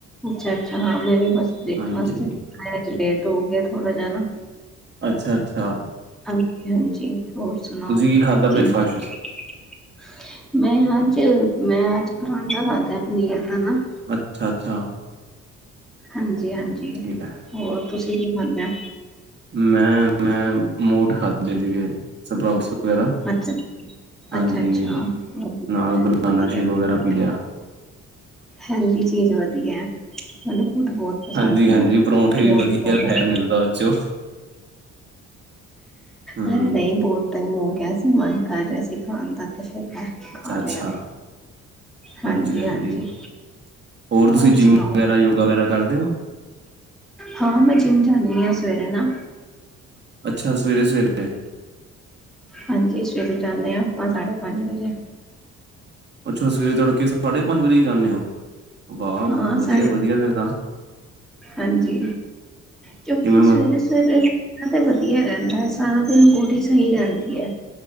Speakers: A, in the centre; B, on the right.
A: ਅੱਛਾ-ਅੱਛਾ ਹਾਂ ਮੈਂ ਵੀ ਬਸ ਬ੍ਰੇਕਫਾਸਟ
B: ਹਾਂਜੀ
A: ਹੀ ਕੀਤਾ ਅੱਜ ਲੇਟ ਹੋ ਗਿਆ ਥੋੜਾ ਜਾ ਨਾ।
B: ਅੱਛਾ-ਅੱਛਾ
A: ਹਾਂਜੀ-ਹਾਂਜੀ ਹੋਰ ਸੁਣਾਓ
B: ਕੀ ਖਾਧਾ
A: ਕਿਵੇਂ
B: ਬ੍ਰੇਕਫਾਸਟ ਵਿੱਚ
A: <inaudible> ਮੈਂ ਅੱਜ ਮੈਂ ਅੱਜ ਪਰਾਂਠਾ ਖਾਧਾ ਪਨੀਰ ਦਾ ਨਾ।
B: ਅੱਛਾ-ਅੱਛਾ
A: ਹਾਂਜੀ-ਹਾਂਜੀ
B: ਠੀਕ ਹੈ
A: ਹੋਰ ਤੁਸੀਂ ਕੀ ਖਾਦਾ।
B: ਮੈਂ-ਮੈਂ ਮੋਠ ਖਾਧੇ ਸੀਗੇ ਸਪਰਾਡਸ ਵਗੈਰਾ
A: ਅੱਛਾ
B: ਹਾਂਜੀ
A: ਅੱਛਾ ਅੱਛਾ ਵਧੀਆ
B: ਨਾਲ ਬਨਾਨਾ
A: ਵਧੀਆ
B: ਸ਼ੇਕ
A: ਵਧੀਆ,
B: ਵਗੈਰਾ ਪੀ ਲਿਆ।
A: ਹੈਲਦੀ ਚੀਜ਼ ਵਧੀਆ ਮਤਲਬ ਤ ਬਹੁਤ ਪਸੰਦ
B: ਹਾਂਜੀ
A: ਨੇ
B: ਹਾਂਜੀ
A: ਉਹ
B: ਪਰੌਂਠੇ ਵੀ
A: ਮੋਠ
B: ਵਧੀਆ
A: ਛੋਲੇ
B: ਫੈਟ ਮਿਲਦਾ ਉਦੇ ਚੋ। ਹਮ
A: ਨਹੀਂ ਬਹੁਤ ਟਾਈਮ ਹੋ ਗਿਆ ਸੀ ਮਨ ਕਰ ਰਿਹਾ ਸੀ ਖਾਣ ਦਾ ਤੇ ਫੇਰ ਮੈਂ
B: ਅੱਛਾ-ਅੱਛਾ
A: ਖਾ ਲਿਆ ਹਾਂਜੀ
B: ਹਾਂਜੀ-ਹਾਂਜੀ
A: ਹਾਂਜੀ
B: ਹੋਰ ਤੁਸੀਂ
A: ਹੋਰ
B: ਜਿੰਮ
A: ਸੁਣਾਓ
B: ਵਗੈਰਾ, ਯੋਗਾ ਵਗੈਰਾ ਕਰਦੇ ਹੋ?
A: ਹਾਂ ਮੈਂ ਜਿਮ ਜਾਨੀ ਹਾਂ ਸਵੇਰੇ ਨਾ।
B: ਅੱਛਾ ਸਵੇਰੇ-ਸਵੇਰੇ।
A: ਹਾਂਜੀ ਸਵੇਰੇ ਜਾਂਦੇ ਹਾਂ ਆਪਾਂ ਸਾਢੇ ਪੰਜ ਵਜੇ।
B: ਅੱਛਾ ਸਵੇਰੇ ਤੜਕੇ ਸਾਢੇ ਪੰਜ ਵਜੇ ਜਾਂਦੇ ਹੋ ਵਾਹ
A: ਹਾਂ
B: ਵਧੀਆ-ਵਧੀਆ
A: ਸਾਢੇ
B: ਫੇਰ ਤਾ।
A: ਹਾਂਜੀ ਕਿਊਂਕਿ
B: ਕਿਵੇਂ ਮ
A: ਸਵੇਰੇ-ਸਵੇਰੇ ਇਹ ਤੇ ਵਧੀਆ ਰਹਿੰਦਾ ਸਾਰਾ ਦਿਨ ਬੋਡੀ ਸਹੀ ਰਹਿੰਦੀ ਹੈ।